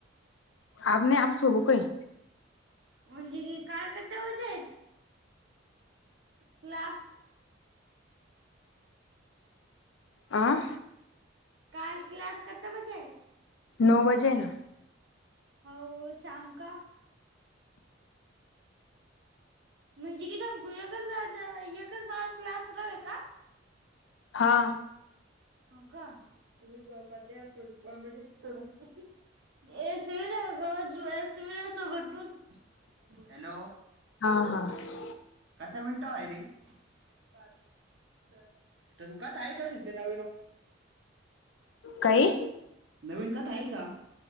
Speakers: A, on the left (about 75°); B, on the right (about 65°).
A: अब नही अब सोबू को ही.
B: म्हंजीगी काल किते बजे क्लास
A: आ
B: काल क्लास कते बजे हे?
A: नो वजे हे ना.
B: अऊ शाम का? म्हणजे किथमगूच <unintelligible> एकच बार क्लास रवे का?
A: हा.
B: ह का <unintelligible> कॉमेडी ए शिवी गज ए सिवीला सोबटपूर बोल हॅलो
A: हा हा..
B: कथ मिनटं व्हायरे? पाच. तर थकुकात आहे <unintelligible>
A: काई?
B: नवीन कथा आहे का?